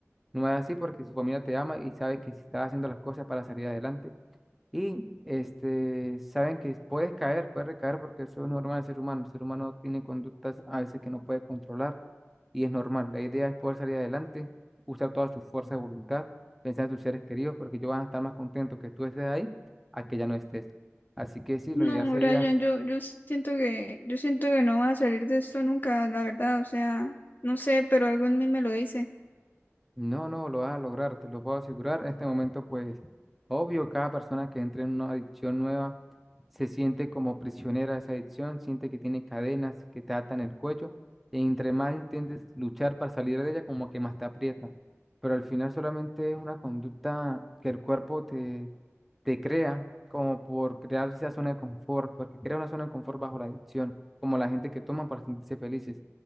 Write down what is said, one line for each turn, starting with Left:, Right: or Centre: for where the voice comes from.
Centre: no es así porque su familia te ama y sabe que si estás haciendo las cosas para salir adelante Y este, saben que puedes caer, puedes recaer porque eso es normal del ser humano. El ser humano tiene conductas a veces que no puede controlar y es normal. La idea es poder salir adelante, usar toda su fuerza de voluntad, pensar en tus seres queridos porque ellos van a estar más contentos que tú estés ahí a que ya no estés. Así que sí,
Left: No,
Centre: lo ideal sería
Left: Brian, yo, yo siento que, yo siento que no vas a salir de esto nunca, la verdad, o sea, no sé, pero algo en mí me lo dice.
Centre: No, no, lo vas a lograr, te lo puedo asegurar. En este momento, pues, obvio, cada persona que entra en una adicción nueva se siente como prisionera de esa adicción, siente que tiene cadenas que te atan el cuello, y entre más intentes luchar para salir de ella, como que más te aprieta. Pero al final solamente es una conducta que el cuerpo te, te crea, como por crear esa zona de confort, porque crea una zona de confort bajo la adicción, como la gente que toma para sentirse felices.